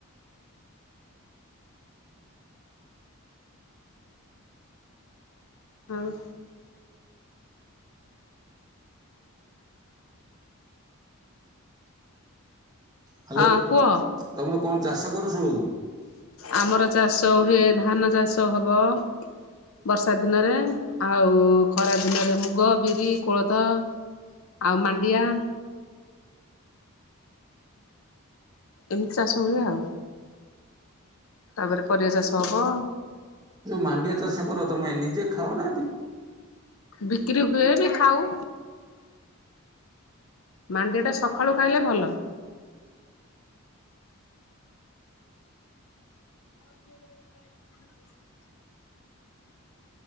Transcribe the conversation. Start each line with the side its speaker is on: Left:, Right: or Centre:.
Left: ଆଉ
Right: ହ୍ୟାଲୋ
Left: ହଁ କୁହ।
Right: ତମର କଣ ଚାଷ କର ସବୁ।
Left: ଆମର ଚାଷ ହୁଏ ଧାନ ଚାଷ ହବ। ବର୍ଷା ଦିନରେ ଆଉ ଖରା ଦିନରେ ମୁଗ ବିରି କୋଳଥ। ଆଉ ମାଣ୍ଡିଆ ଏମିତି ଚାଷ ହୁଏ ଆଉ। ତାପରେ ପରିବା ଚାଷ ହବ।
Right: ଯୋଉ ମାଣ୍ଡିଆ ଚାଷ କର ତମେ ନିଜେ ଖାଅ ନା ବି।
Left: ବିକ୍ରି ହୁଏ ବି ଖାଉ ମାଣ୍ଡିଆଟା ସକାଳୁ ଖାଇଲେ ଭଲ ହ <inaudible>